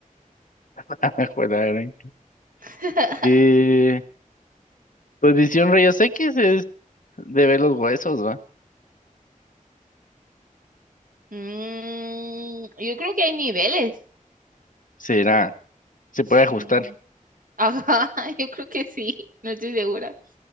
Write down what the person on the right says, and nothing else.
<laughs>
Mm, yo creo que hay niveles.
Sí.
Ajá, <laughs> yo creo que sí, no estoy segura.